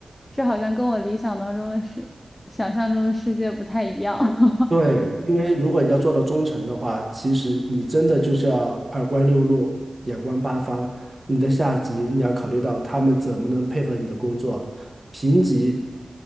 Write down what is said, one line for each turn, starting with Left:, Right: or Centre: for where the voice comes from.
Left: 这好像跟我理想当中的世，想象中的世界不太一样。<laughs>
Right: 对，因为如果你要做到忠诚的话，其实你真的就是要二观六路，眼观八方。你的下级你要考虑到他们怎么能配合你的工作，平级